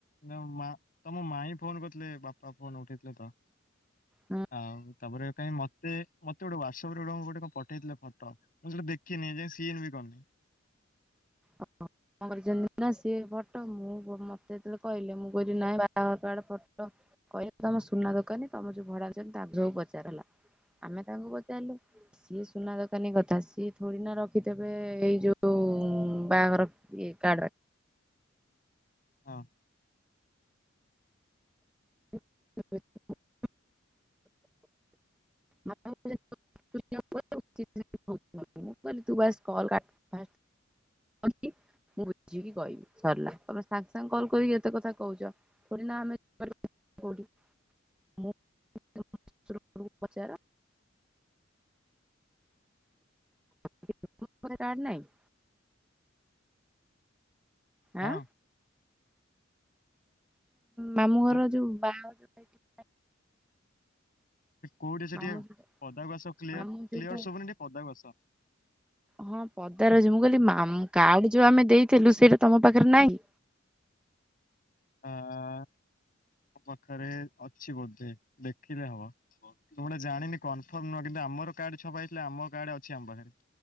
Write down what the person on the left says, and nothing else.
ନା ମା ତୋମ ମାଇଁ ଫୋନ୍ କରିଥିଲେ। ବାପା ଫୋନ୍ ହଁ ଉଠେଇ ଥିଲେ ତ
ଆଉ ତାପରେ କାହିଁ ମତେ ମତେ ଗୋଟେ ହ୍ୱାଟସପରେ ଗୋଟେ କଣ ଗୋଟେ କଣ ପଠେଇଥିଲେ ଫଟ ମୁଁ ସେଇଟା ଦେଖିନି ଏ ଯାଏଁ ସିନ ବି କରିନି କରିନି।
ହଁ।
ହଁ
କୋ
କୋଉଠି ଅଛ
ଟିକେ
ପଦାକୁ ଆସ କ୍ଲିଅର,
କ୍ଲିଅର ସୁଭୁନି ଟିକେ ପଦାକୁ ଆସ।
ହଁ ପାଖରେ ଅଛି ବୋଧେ, ଦେଖିଲେ ହବ ତ ଗୋଟେ ଜାଣିନି କନଫର୍ମ ନୁହଁ କିନ୍ତୁ ଆମର କାର୍ଡ ଛପାହେଇଥିଲା ଆମ କାର୍ଡ ଅଛି ଆମ ପାଖରେ।